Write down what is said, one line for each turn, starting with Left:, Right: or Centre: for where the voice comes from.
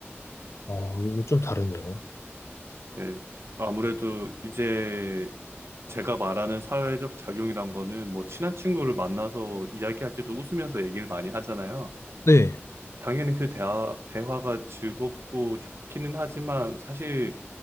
Left: 아, 이거 좀 다르네요.
Right: 네, 아무래도 이제 제가 말하는 사회적 작용이란 거는 뭐 친한 친구를 만나서 이야기할 때도 웃으면서 얘기를 많이 하잖아요.
Left: 네.
Right: 당연히 그 대화, 대화가 즐겁고 좋기는 하지만 사실